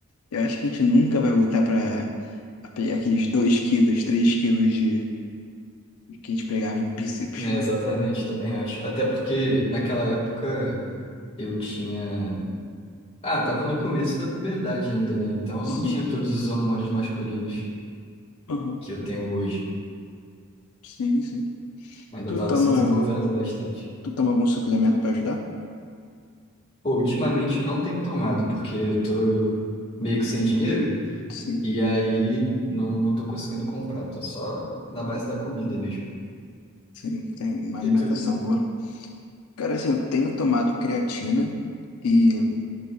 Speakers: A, on the left; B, on the left.
A: eu acho que a gente nunca vai voltar pra a pegar aqueles 2 quilos, 3 quilos de que a gente pegava em bíceps,
B: É,
A: pô.
B: exatamente, também acho. Até porque naquela época eu tinha. Ah, tava no começo da puberdade ainda, né? Então
A: Sim,
B: eu não tinha todos os hormônios masculinos
A: aham,
B: que eu tenho hoje.
A: Sim, sim.
B: Ainda
A: Tu
B: tava
A: toma,
B: se desenvolvendo bastante.
A: tu toma algum suplemento pra ajudar?
B: Pô, ultimamente eu não tenho tomado, porque eu tô meio que sem dinheiro.
A: Sim,
B: E aí não, não tô conseguindo comprar. Tô só na base da comida mesmo.
A: sim, tem uma alimentação
B: E tu?
A: boa. Cara, assim, eu tenho tomado creatina. E